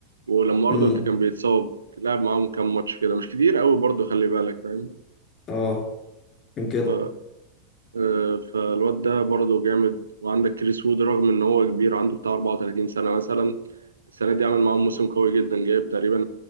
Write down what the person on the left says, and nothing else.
امم
اه كان كده